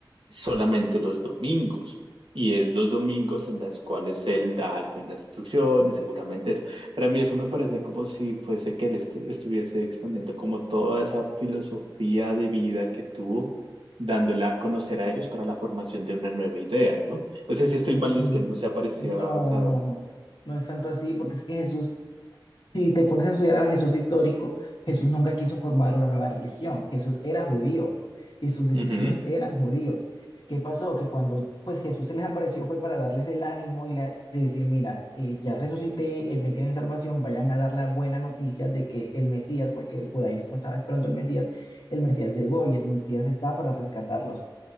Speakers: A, on the right (about 80°); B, on the left (about 65°).
A: solamente los domingos. Y es los domingos en las cuales él da alguna instrucción y seguramente eso. Para mí eso me parece como si fuese que él estu- estuviese expandiendo como toda esa filosofía de vida que tuvo, dándola a conocer a ellos para la formación de una nueva idea, ¿no? No sé si estoy
B: mm,
A: mal
B: mm.
A: y es que no se aparecía
B: No,
A: acá
B: no, no es tanto así, porque es que Jesús Si te pones a estudiar a Jesús histórico, Jesús nunca quiso formar una nueva religión. Jesús era judío y sus discípulos
A: Ujú,
B: eran judíos. ¿Qué pasó? Que cuando pues Jesús se les apareció fue para darles el ánimo y la, de decir, mira, eh, ya resucité, eh, me tienen salvación, vayan a dar la buena noticia de que el Mesías, porque el judaísmo estaba esperando el Mesías, el Mesías llegó y el Mesías está para rescatarlos